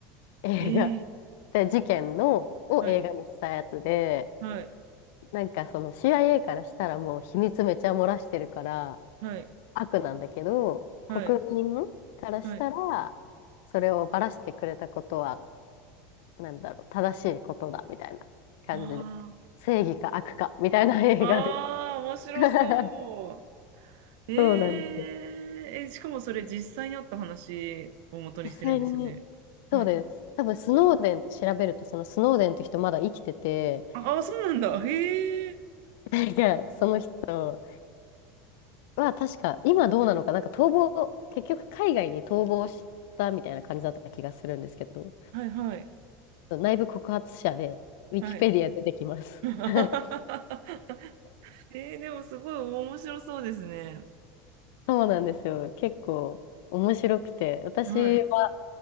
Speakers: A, on the left; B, on the right.
A: 映画
B: ええー、
A: で、事件の、を映画にしたやつで、
B: はい。はい。
A: なんかその CIA からしたらもう秘密めちゃ漏らしてるから
B: はい。
A: 悪なんだけど、
B: はい。
A: 国民からしたら、
B: はい。
A: それをばらしてくれたことは、なんだろう、正しいことだ、みたいな感じで。
B: あ
A: 正義か悪か、みたいな映画で。
B: あ。ああ、面白そ
A: <laughs>
B: う。ええー、
A: そうなんです。
B: え、しかもそれ実際にあった話を元にしてるんですよね。
A: 実際に、
B: はい。
A: そうです。多分、スノーデンって調べると、そのスノーデンって人まだ生きてて、
B: ああ、そうなんだ。へえ。
A: なんか、その人は確か、今どうなのか、なんか逃亡、結局海外に逃亡したみたいな感じだった気がするんですけど、
B: はいはい
A: 内部告発者で、ウィキペディア出てきます。
B: はい。<laughs>
A: <laughs>
B: えー、でもすごい面白そうですね。
A: そうなんですよ。結構面白くて、私は
B: はい。